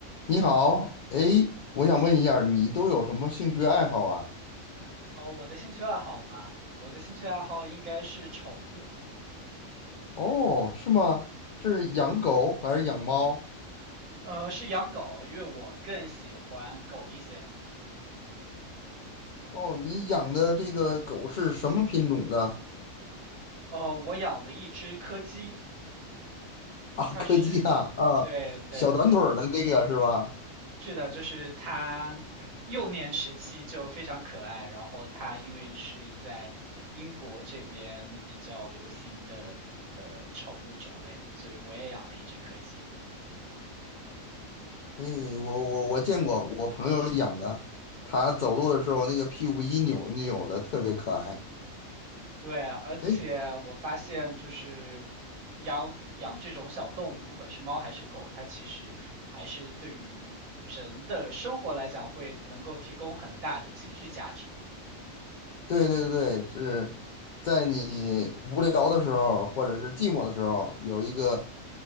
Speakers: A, on the left; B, on the right.
A: 你好，哎，我想问一下儿你都有什么兴趣爱好啊？
B: 哦，我的兴趣爱好嘛，我的兴趣爱好应该是宠物，
A: 哦，是吗？是养狗还是养猫？
B: 呃，是养狗，因为我更喜欢狗一些。
A: 哦，你养的这个狗是什么品种的？
B: 呃，我养了一只柯基，
A: 啊，
B: 它是，
A: 柯基啊，啊，
B: 对对对，
A: 小短腿儿的这个是吧？
B: 是的，就是它 <clears throat> 幼年时期就非常可爱，然后它因为是在英国这边比较流行的呃宠物种类，所以我也养了一只柯基。
A: 哎，我我我见过，我朋友养的，他走路的时候那个屁股一扭一扭的，特别可爱。
B: 对，而且我发现就是
A: 哎。
B: 养养这种小动物，不管是猫还是狗，它其实还是对于人的生活来讲，会能够提供很大的情绪价值。
A: 对对对，是在你无聊的时候，或者是寂寞的时候，有一个